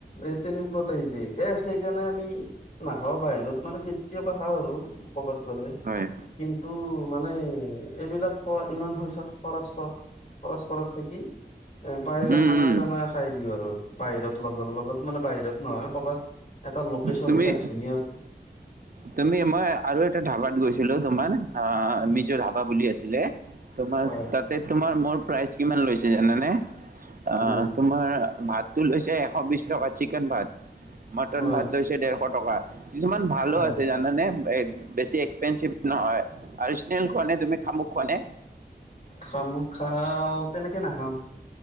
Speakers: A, on the left; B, on the right.
A: এ তেনে কুৱাই তাইপে এ সেইকাৰণে আমি- নাখাওঁ বাহিৰত মানে কেতিয়াবা খাওঁ আৰু কৰ'বাত গ'লে।
B: হয়।
A: কিন্তু মানে এইবিলাক খোৱা ইমান হৈছে খৰচ কৰা। খৰচ কৰা থাকি- এ পাৰিলে
B: উম
A: খানা
B: উম
A: চানা খাই দিওঁ আৰু বাহিৰত লগৰ লগত মানে বাহিৰত নহয় কৰবাত- এটা লোকেশ্যন
B: তুমি
A: চাই ধুনীয়াকে।
B: তুমি মই আৰু এটা ধাবাত গৈছিলো তোমাৰ অ মিজু ধাবা বুলি আছিলে। তোমাৰ
A: হয়
B: তাতে তোমাৰ মোৰ প্ৰাইজ কিমান লৈছে জানানে। আহ
A: কিমান
B: তোমাৰ ভাতটো লৈছে এশ বিশ টকা চিকেন ভাত- ন
A: হয়
B: ভাত লৈছে ডেৰশ টকা কিছুমান ভালো
A: হয়
B: আছে জানানে বেছি এক্সপেঞ্চিভ- নহয়, আৰু চ্নেল খোৱা নে তুমি খামুক খোৱা নে?
A: খামুক খাওঁ তেনেকে নাখাওঁ।